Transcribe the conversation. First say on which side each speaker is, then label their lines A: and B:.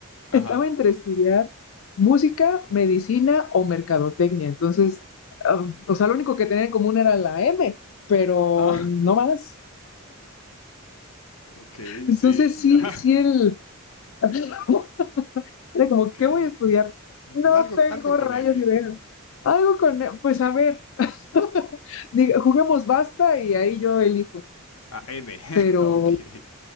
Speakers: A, on the left; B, on the left.
A: Ajá.
B: estaba entre estudiar música, medicina o mercadotecnia. Entonces, ah, o sea, lo único que tenía en común era la M, pero
A: <laughs>
B: no más.
A: Ok,
B: Entonces,
A: sí,
B: sí,
A: ya. <laughs>
B: sí, el... <laughs> Era como,
A: Ok.
B: ¿qué voy a estudiar?
A: Mm,
B: No
A: algo,
B: tengo
A: algo con
B: rayos
A: M.
B: de idea. Algo con... E, Pues a ver, <laughs> diga, juguemos basta y ahí yo elijo.
A: Ah, M. <laughs>
B: Pero
A: Ok.